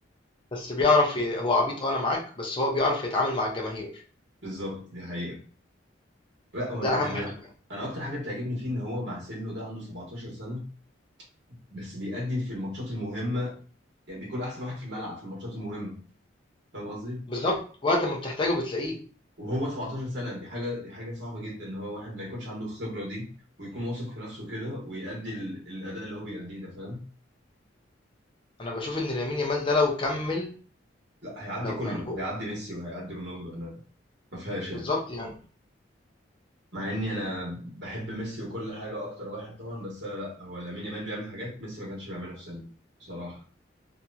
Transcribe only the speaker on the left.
بس بيعرف ي... هو عبيط اه انا معاك بس هو بيعرف يتعامل مع الجماهير
ده اهم
حاجه
بالظبط وقت ما بتحتاجه بتلاقيه
انا بشوف ان لامين يامال ده لو كمل
لو
يعني هو
بالظبط
يعني